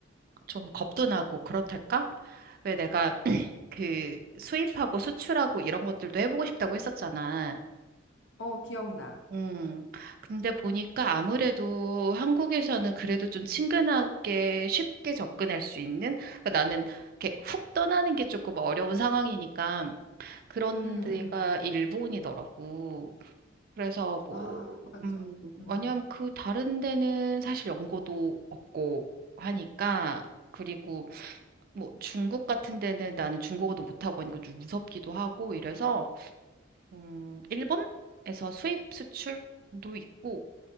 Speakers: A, on the right (about 50°); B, on the left (about 75°).
A: 좀 겁도 나고 그렇달까? 왜 내가 그 수입하고 수출하고 이런 것들도 해보고 싶다고 했었잖아.
B: 어, 기억나.
A: 음. 근데 보니까 아무래도 한국에서는 그래도 좀 친근하게 쉽게 접근할 수 있는? 그러니까 나는 이렇게 훅 떠나는 게 조금 어려운 상황이니까 그런
B: 응,
A: 데가
B: 응,
A: 일본이더라고. 그래서 뭐,
B: 아, 맞아.
A: 음, 왜냐면
B: 응.
A: 그 다른 데는 사실 연고도 없고 하니까 그리고 뭐 중국 같은 데는 나는 중국어도 못하고 하니까 좀 무섭기도 하고 이래서 음, 일본에서 수입 수출도 있고